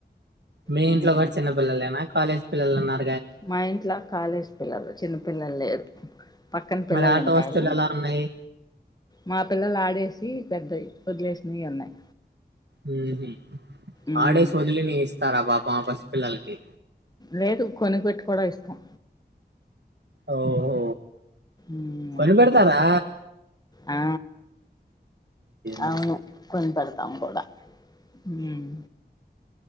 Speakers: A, on the right; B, on the left.
A: మీ
B: హ్మ్
A: ఇంట్లో కూడా చిన్న పిల్లలేనా కాలేజ్ పిల్లలు ఉన్నార
B: మా ఇంట్లో కాలేజ్ పిల్లలు చిన్న పిల్లలు లేరు పక్కన పిల్లలు
A: మరి ఆట
B: ఉంటారు
A: వస్తువులు ఎలా ఉన్నాయి?
B: మా పిల్లలు ఆడేసి పెద్దయి వదిలేసినవి ఉన్నాయి
A: హ్మ్ హు
B: మ్మ్
A: ఆడేసి వదిలినివి ఇస్తారా పాపం ఆ పసిపిల్లలకి
B: లేదు కొనుగపెట్టి కూడా ఇస్తాం
A: ఓహో
B: మ్మ్
A: కొనిబెడతారా
B: ఆ
A: మంచిది.
B: అవును కొనిపడతాము కూడా మ్మ్